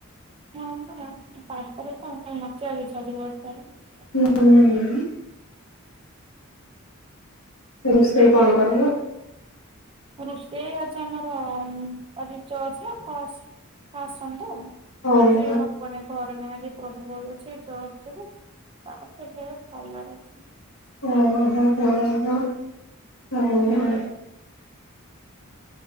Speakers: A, on the right; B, on the left.
A: ହଁ ପରା ପାର୍କରେ ତ ନାଚିବାକୁ ଇଛା ହେଉଛି ବର୍ଷା ରେ।
B: ହୁଁ। ରୋଷେଇ କଣ କରିବ?
A: ରୋଷେଇ ଆଜି ଆମର ଆଜି ଚଅଛି କସ୍ ସେ ଆସନ୍ତୁ।
B: ଓହୋ
A: ଆଜି ହବନେଇ ଘରେ ନାଇଁ ଆଜି ପ୍ରଭୁ ବୋଉ ଅଛି ଚର୍ଚ୍ଚରେ ତାପରେ ସେଇଠେ ଅଲଗାଆଡେ ଅଛି।
B: ଓହୋ ଆଜ୍ଞା ପାଳେ ଇଆସିବ
A: ହୁଁ
B: <inaudible>